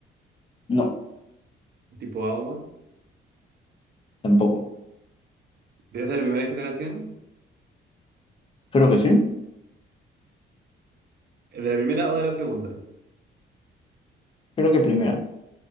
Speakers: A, on the left (about 30°); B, on the right (about 55°).
A: No,
B: ¿Tipo agua?
A: tampoco.
B: ¿Es de la primera generación?
A: Creo que sí.
B: ¿Es de la primera o de la segunda?
A: Creo que primera.